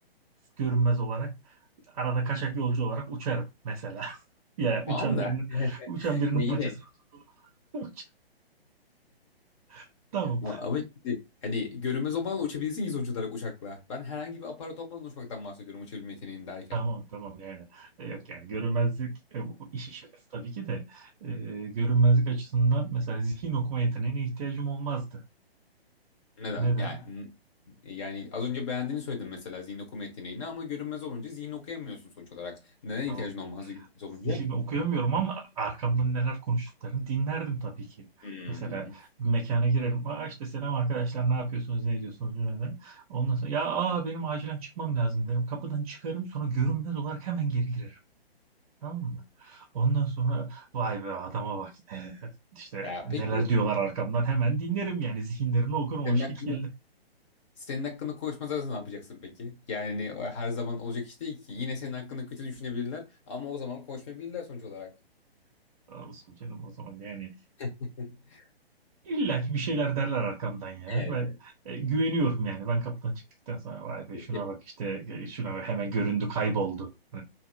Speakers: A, on the right; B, on the left.
A: görünmez olarak. Arada kaçak yolcu olarak uçarım mesela. <laughs> Ya
B: Tamam
A: uçan
B: da
A: birinin uçan birinin
B: ya yine
A: paçasını tutun. <laughs> Tamam,
B: a- ama şimdi hani görünmez olmadan uçabilirsin ki sonuç olarak uçakla. Ben herhangi bir aparat olmadan uçmaktan bahsediyorum uçabilme yeteneğini derken.
A: tamam, tamam yani. E, Yok yani görünmezlik e, bu işi şakası tabii ki de e, görünmezlik açısından mesela zihin okuma yeteneğine ihtiyacım olmazdı.
B: Neden?
A: Neden?
B: Yani yani az önce beğendiğini söyledin mesela zihin okuma yeteneğini ama görünmez olunca zihin okuyamıyorsun sonuç olarak. Neden
A: Tamam.
B: ihtiyacın olmazdı görünmez olunca?
A: Zihin okuyamıyorum ama arkamdan neler konuştuklarını dinlerdim tabii ki.
B: Hmm.
A: Mesela bir mekana girerim. Aa işte selam arkadaşlar ne yapıyorsunuz ne ediyorsunuz bilmem ne. Ondan sonra ya aa benim acilen çıkmam lazım derim. Kapıdan çıkarım sonra görünmez olarak hemen geri girerim. Tamam mı? Ondan sonra vay be adama bak ne, işte
B: Ya
A: neler
B: peki
A: diyorlar arkamdan hemen dinlerim yani zihinlerini okurum
B: senin
A: o şekilde.
B: hakkında senin hakkında konuşmazlarsa ne yapacaksın peki? Yani o her zaman olacak iş değil ki. Yine senin hakkında kötü düşünebilirler ama o zaman konuşmayabilirler sonuç olarak.
A: <laughs> Sağ Olsun canım o zaman yani
B: <laughs>
A: İlla ki bir şeyler derler arkamdan ya.
B: Evet,
A: Ben
B: evet.
A: e, güveniyorum yani. Ben kapıdan çıktıktan sonra vay be
B: Peki.
A: şuna bak işte e, şuna bak, hemen göründü kayboldu. <laughs>